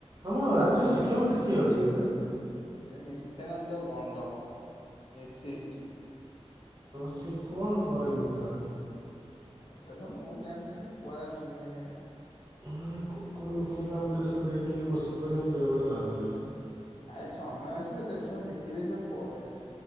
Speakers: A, on the right; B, on the left.
A: ଆମ ରାଜ୍ୟର ଶିକ୍ଷାମନ୍ତ୍ରୀ କିଏ ଅଛି କଲେ।
B: ଏ ନିତ୍ୟାନନ୍ଦ ଗଣ୍ଡ ଏ ଫି ଏସ୍ଟି
A: ସେ କଣ କରେ ଲୋକଟା
B: ଏତେ ଦ ମୁଁ ଜାଣରେ କୁଆଡ଼େ ଆସିୁଣରେ
A: ହଁ ମାନେ କଣ ଲୋକ କ ଆମକୁ ଦେଶ ଦେଇ ଦେଇେଇକି ବସି ପାରିଲେ ବେଳେବେଳେ ଭାବିବେ
B: ଆ ସମୟ ଆସ ଦେଶ ବିକି ଦେଇ ସବୁ ପଳେଇବେ